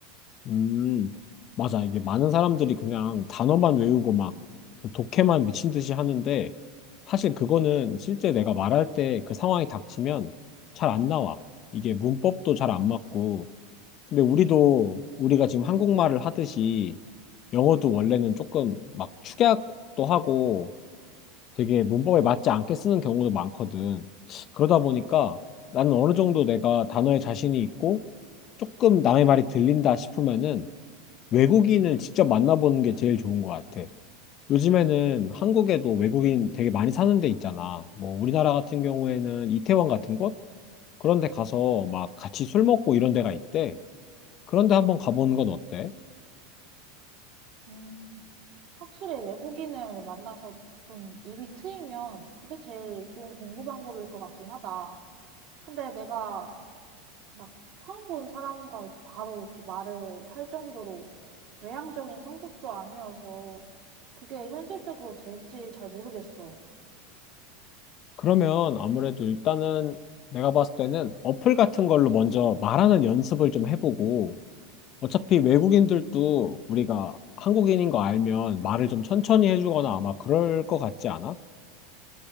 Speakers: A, on the left (about 40°); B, on the right (about 55°).
A: 음, 맞아. 이게 많은 사람들이 그냥 단어만 외우고 막 그 독해만 미친 듯이 하는데 사실 그거는 실제 내가 말할 때 그 상황이 닥치면 잘 안 나와. 이게 문법도 잘 안 맞고. 근데 우리도 우리가 지금 한국말을 하듯이 영어도 원래는 조금 막 축약도 하고 되게 문법에 맞지 않게 쓰는 경우도 많거든. 그러다 보니까 나는 어느 정도 내가 단어에 자신이 있고 조금 남의 말이 들린다 싶으면은 외국인을 직접 만나보는 게 제일 좋은 것 같아. 요즘에는 한국에도 외국인 되게 많이 사는 데 있잖아. 뭐 우리나라 같은 경우에는 이태원 같은 곳? 그런 데 가서 막 같이 술 먹고 이런 데가 있대. 그런 데 한번 가보는 건 어때?
B: 음, 확실히 외국인을 만나서 좀 입이 트이면 그게 제일 좋은 공부 방법일 것 같긴 하다. 근데 내가 막 처음 본 사람과 바로 이렇게 말을 할 정도로 외향적인 성격도 아니어서 그게 현실적으로 될지 잘 모르겠어.
A: 그러면 아무래도 일단은 내가 봤을 때는 어플 같은 걸로 먼저 말하는 연습을 좀 해보고 어차피 외국인들도 우리가 한국인인 거 알면 말을 좀 천천히 해주거나 아마 그럴 것 같지 않아?